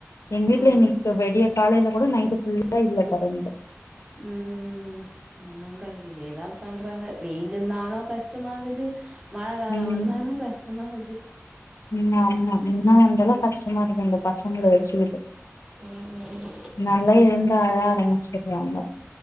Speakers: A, on the left; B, on the right.
A: எங் வீட்ல
B: ஆமா
A: இன்னைக்கு வெடிய காலைல கூட நைட்டு் ஃபுல்லா இல்ல கரண்ட்டு
B: ம் ம் ஆமாங்க்கா இதேதா பண்றாங்க வெயில் இந்தாலு கஷ்டமாக்குது மழக் கால
A: ம்
B: வந்தாலு கஷ்டமாக்குது
A: ம் ஆமா என்னாவா இருந்தாலு கஷ்டமா இருக்கு இந்த பசங்கள வெச்சுக்கிட்டு
B: ம்
A: நல்லா எழுந்து அழ ஆரம்மிச்சுட்றாங்க